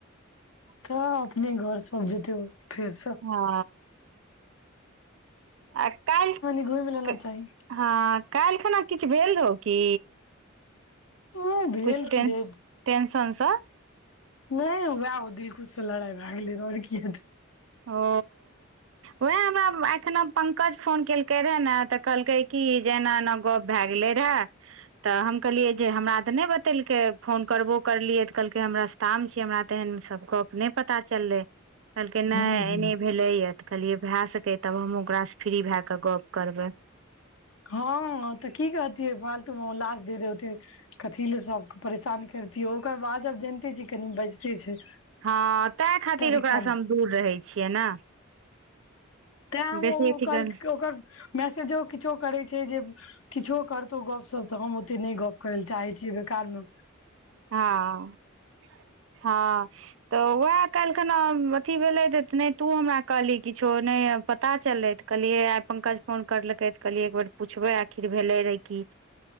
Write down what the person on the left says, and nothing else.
तऽ अपने घर सब जेते फेरस
घुमि लेना चाही
ओ भेल
की रे
नहि उएह ओ दिलकुश से लड़ाई भए गेलै आओर की हेतै
हूँ
हूँ
हँ तऽ की कहतियै फालतूमे ओते लास्ट डेट रहय कथी लए सबके परेशान करितियै ओकर बाजब आब जानिते छी कनि बाजिते छै
तरीका
मे
तेँ
ओ ओ
कहल
ओकर मैसेजो किछो करय छै जे किछो करतौ गपसप तऽ हम ओते नहि गप्प करै लए चाहै छियै बेकार में